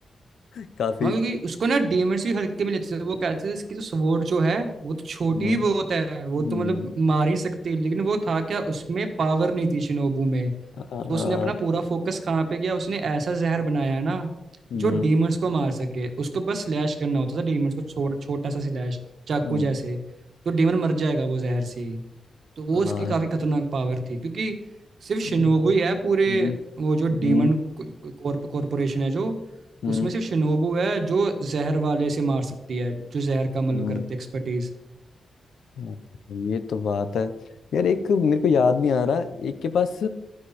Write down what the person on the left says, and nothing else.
<laughs> काफी
हम्म
हम्म
हाँ,
हम्म
हम्म
हाँ,
हम्म,
हम्म,
हम्म,
हम्म,
हम्म,
हाँ, ये तो बात है यार एक मेरे को याद नहीं आ रहा एक के पास